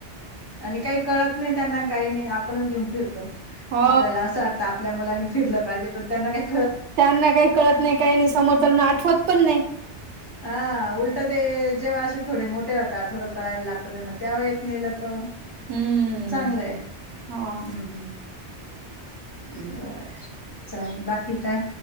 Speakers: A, on the left; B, on the right.
A: आणि कांहीं कळतं नाहीं त्यांनां कांहीं नाहीं आपणच घेऊन फिरतो.
B: हो
A: आपल्याला असं आता आपल्या मुलांनी फिरलं पाहिजे पणं त्यांनां कांहीं
B: त्यांनां कांहीं कळतं नाहीं कांहीं नाहीं समोरं त्यांनां आठवत पणं नाहीं
A: हा उलटं ते जेंव्हा असं थोडे मोठें होताात थोडं कळायला लागतंय त्यांनां त्याव्हा येतं नेलं तर
B: हम्म
A: चांगलंय हम्म
B: हा
A: हम्म बरं चालल बाकी काय